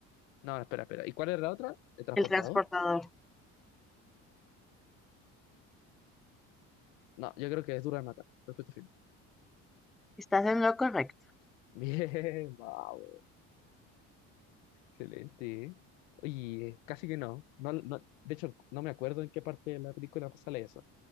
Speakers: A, on the left; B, in the centre.
A: No, espera, espera. ¿Y cuál era la otra? ¿El transportador?
B: El Transportador.
A: No, yo creo que es duro de matar. Respuesta final.
B: Estás en lo correcto.
A: <laughs> Bien, vamos. Excelente, ¿eh? Oye, casi que no. No, no. De hecho, no me acuerdo en qué parte de la película sale eso.